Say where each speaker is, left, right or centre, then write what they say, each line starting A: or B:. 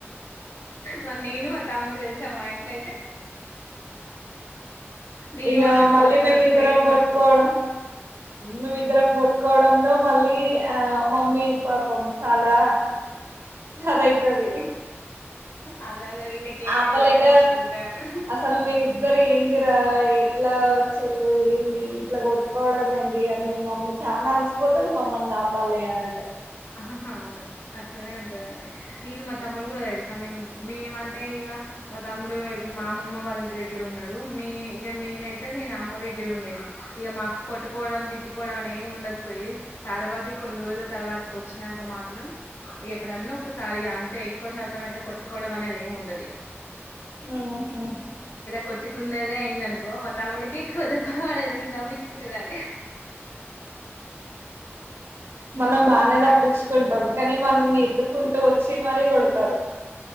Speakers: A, on the left; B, on the right.
A: మరి నేను మా తమ్ముడు తెలిసా మా ఇంట్లో అయితే నేను
B: ఇక
A: మా తమ్ముడు
B: మళ్ళీ
A: గాని
B: మేము
A: ఎక్కువ
B: ఇద్దరం
A: ఏం
B: కొట్కోడం
A: కొట్టుకోము
B: మేమిద్దరం
A: ఉమ్
B: కొట్టుకోవడంలో మళ్ళీ ఆ మమ్మీ పాపం చాలా అదాయితది
A: అదే అదే వీళ్ళకి ఏమైంది
B: ఆపలేక
A: ఇట్లా కొట్టుకుంటారు
B: అసలు మీరు ఇద్దరు ఏందిరా ఇట్లా చిల్ళు ఏంది ఇట్లా కొట్టుకోవడం ఏంది అని మీ మమ్మీ చాలా అలిసిపోతుంది మమ్మల్ని నా ఆపల్లి అని అంటే
A: ఆహాహ అవును అట్లనే ఉంటది మరి నేను మా త ముడు కూడా తెలుసా మేము మేమంటే ఇగ మా తమ్ముడు మా అమమ్మ వాళ్ళ ఇంటి దగ్గర ఉన్నాడు ఇక నేనైతే నేను అమ్మ దగ్గర ఉండేది ఇక మాకు కోట్టుకోవడం తిట్టుకోవడం అనేమి ఉండకపోయి తర్వాత కొన్ని రోజుల తర్వాత వచ్చినాక మాత్రం ఎప్పుడన్నా ఒకసారి అంతే ఎక్కువ శాతం అయితే కొట్టుకోవడం అనేది ఏమి ఉండదిగా
B: ఆహా
A: కొట్టుకున్నదే అయింది అనుకో మా తమ్ముడికి ఒక దెబ్బ పడదు నేను తప్పించుకునేదాన్ని
B: మనం బానే తప్పించుకుంటాం
A: అన్
B: కానీ మనల్ని ఎతుకుంటూ వచ్చి మరీ కొడతారు